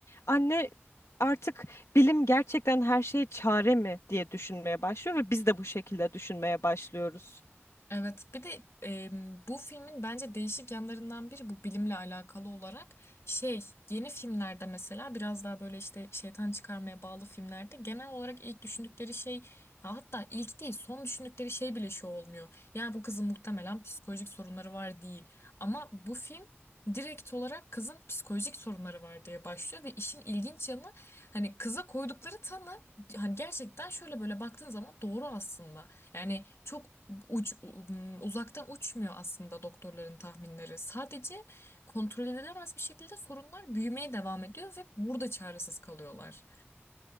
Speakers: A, on the left (about 85°); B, on the left (about 65°).
A: anne artık bilim gerçekten her şeye çare mi diye düşünmeye başlıyor ve biz de bu şekilde düşünmeye başlıyoruz.
B: Evet, bir de e, bu filmin bence değişik yanlarından biri bu bilimle alakalı olarak şey yeni filmlerde mesela biraz daha böyle işte şeytan çıkarmaya bağlı filmlerde genel olarak ilk düşündükleri şey ya hatta ilk değil son düşündükleri şey bile şu olmuyor. Ya bu kızın muhtemelen psikolojik sorunları var değil ama bu film direkt olarak kızın psikolojik sorunları var diye başlıyor ve işin ilginç yanı hani kıza koydukları tanı hani gerçekten şöyle böyle baktığın zaman doğru aslında. Yani çok uç, um, uzaktan uçmuyor aslında doktorların tahminleri. Sadece kontrol edilemez bir şekilde sorunlar büyümeye devam ediyor ve burada çaresiz kalıyorlar.